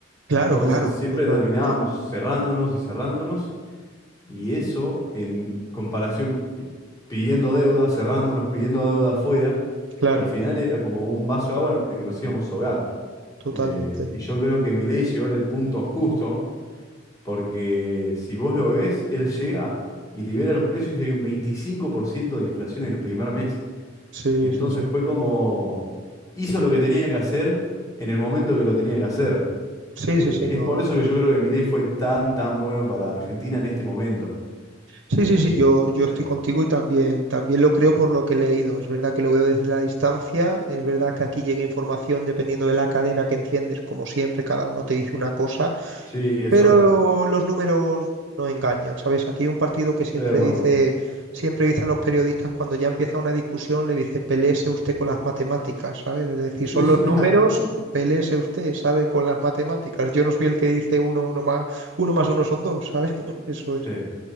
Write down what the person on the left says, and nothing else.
Entonces
siempre
terminábamos cerrándonos y cerrándonos y eso en comparación eh, pidiendo deuda, cerrándonos, pidiendo deuda afuera,
al final era como un vaso de agua en el que nos íbamos a ahogar.
Eh, y yo creo que Milei llegó en el punto justo porque si vos lo ves, él llega y libera los precios y hay un 25% de inflación en el primer mes.
Entonces
fue como hizo lo que tenía que hacer en el momento que lo tenía que hacer.
Eh,
es por eso
que yo creo que Milei fue tan, tan bueno para Argentina en este momento.
Eh,
pero
sí, eso
es verdad.
Estoy de acuerdo.
<laughs>
Sí.